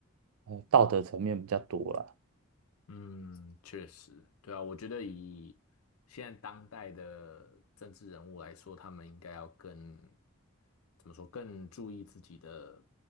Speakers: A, on the right; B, on the left.
A: 呃，道德层面比较多了。
B: 嗯，确实，对啊，我觉得以现在当代的政治人物来说，他们应该要更，怎么说，更注意自己的